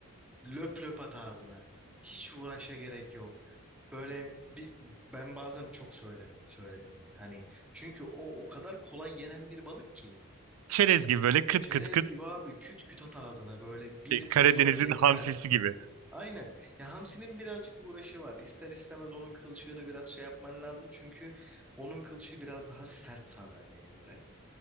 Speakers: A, in the centre; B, on the right.
A: Löp löp at ağzına. Hiç uğraşa gerek yok. Böyle bir ben bazen çok söylerim söyledim mi? Hani çünkü o o kadar kolay yenen bir balık ki.
B: Çerez gibi böyle kıt
A: Çerez
B: kıt kıt.
A: gibi abi küt küt at ağzına böyle bir
B: Şey, Karadeniz'in
A: porsiyon yetmez.
B: hamsisi gibi.
A: Aynen. Ya hamsinin birazcık uğraşı var. İster istemez onun kılçığını biraz şey yapman lazım. Çünkü onun kılçığı biraz daha sert sandalyeye göre.